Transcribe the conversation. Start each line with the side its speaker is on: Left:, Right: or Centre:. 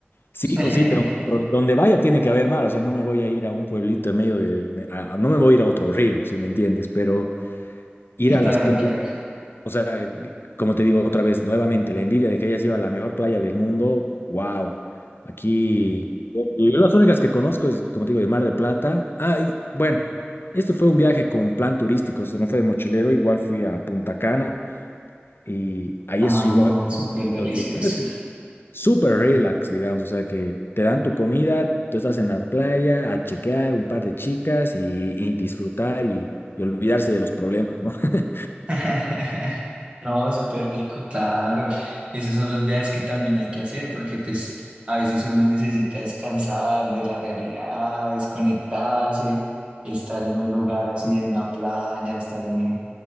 Left: sí
Right: <laughs>
Left: o sí, tengo- donde vaya tiene que haber mar. O sea, no me voy a ir a un pueblito en medio del... de- a- a- no me voy a ir a otro río, si me entiendes, pero ir a
Right: Claro,
Left: las playas,
Right: claro.
Left: o sea, como te digo otra vez, nuevamente, la envidia de que hayas ido a la mejor playa del mundo, wow. Aquí, yo yo las únicas que conozco es, como te digo, de Mar de Plata. Ah, y bueno, esto fue un viaje con plan turístico, esto no fue de mochilero, igual fui a Punta Cana. Y ahí
Right: Ah,
Left: es igual.
Right: no, súper
Left: entonces,
Right: delicioso.
Left: Es súper relax, digamos. O sea, que te dan tu comida, tú estás en la playa a chequear un par de chicas y, y disfrutar y, y olvidarse de los problemas, ¿no? <laughs>
Right: <laughs> No, súper rico, claro. Esos son los viajes que también hay que hacer porque pues a veces uno necesita descansar de la realidad, desconectarse, estar en un lugar así, en una playa, estar en,